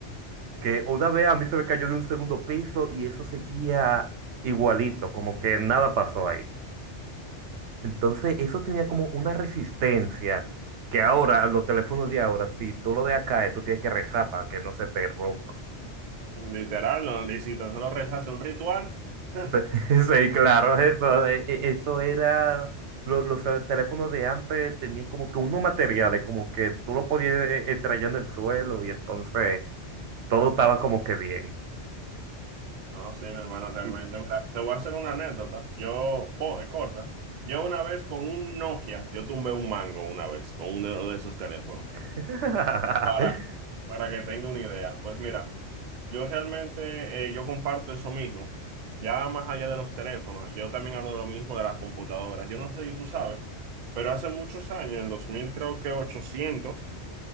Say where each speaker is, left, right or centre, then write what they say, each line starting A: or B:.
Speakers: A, on the right; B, on the right.
A: Que una vez a mí se me cayó de un segundo piso y eso seguía igualito, como que nada pasó ahí. Entonces, eso tenía como una resistencia que ahora, los teléfonos de ahora, si tú lo dejas caer, tú tienes que rezar para que no se te rompa.
B: literal, no, y si tan solo rezas un ritual.
A: Sí,
B: <laughs>
A: <laughs> sí, claro, eso, e- e- eso era, lo- los, eh, teléfonos de antes tenían como que unos materiales, como que tú lo podías eh, eh, traer en el suelo y entonces todo estaba como que bien.
B: No, sí, mi hermano, realmente.
A: Y-
B: Mira, te voy a hacer una anécdota. Yo, oh, es corta. Yo una vez con un Nokia, yo tumbé un mango una vez con uno de de esos teléfonos.
A: <laughs>
B: Para, para que tenga una idea, pues mira, yo realmente eh, yo comparto eso mismo. Ya más allá de los teléfonos, yo también hablo de lo mismo de las computadoras. Yo no sé si tú sabes, pero hace muchos años, en 2000 creo que 800